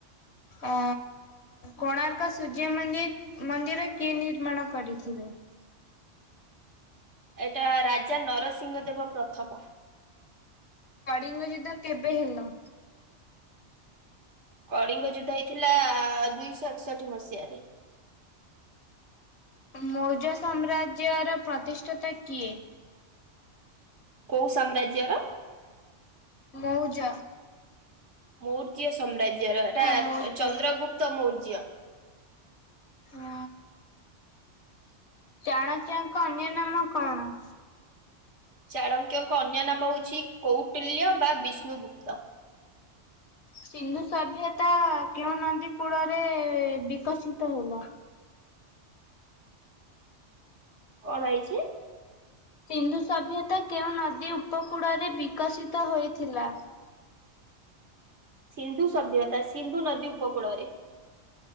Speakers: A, on the left; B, on the right.
A: ଅ କୋଣାର୍କ ସୂର୍ଯ୍ୟ ମନ୍ଦିର୍ ମନ୍ଦିର କିଏ ନି ନିର୍ମାଣ କରିିଥିବେ।
B: ଏଇଟା ରାଜା ନରସିଂହ ଦେବ ପ୍ରଥମ।
A: କଳିଙ୍ଗ ଯୁଦ୍ଧ କେବେ ହେଲା?
B: କଳିଙ୍ଗ ଯୁଦ୍ଧ ହେଇଥିଲା ଦୁଇଶହ ଏକଷଠି ମସିହାରେ।
A: ମୌଜ ସାମ୍ରାଜ୍ୟର ପ୍ରତିଷ୍ଠାତା କିଏ?
B: କୋଉ ସାମ୍ରାଜ୍ୟର।
A: ମଉଜ।
B: ମୌର୍ଯ୍ୟ ସମ୍ରାଜ୍ୟର
A: ହଁ
B: ଏଟା
A: ମୌର୍ଯ୍ୟ
B: ଚନ୍ଦ୍ରଗୁପ୍ତ ମୌର୍ଯ୍ୟ।
A: ଆ ଟାଣାକିଆ। କନ୍ୟ ନାମ କଣ?
B: ଚାଣକ୍ୟଙ୍କ ଅନ୍ୟ ନାମ ହଉଛି କୌଟୁଲ୍ୟ ବା ବିଷ୍ଣୁଗୁପ୍ତ।
A: ସିନ୍ଧୁ ସଭ୍ୟତା କେଉଁ ନନ୍ତି କୂଳରେ ବିକଶିତ ହେଲା।
B: କଣ ହେଇଛି।
A: ସିନ୍ଧୁ ସଭ୍ୟତା କେଉଁ ନଦୀ ଉପକୂଳରେ ବିକଶିତ ହୋଇଥିଲା।
B: ସିନ୍ଧୁ ସଭ୍ୟତା ସିନ୍ଧୁ ନଦୀ ଉପକୂଳରେ।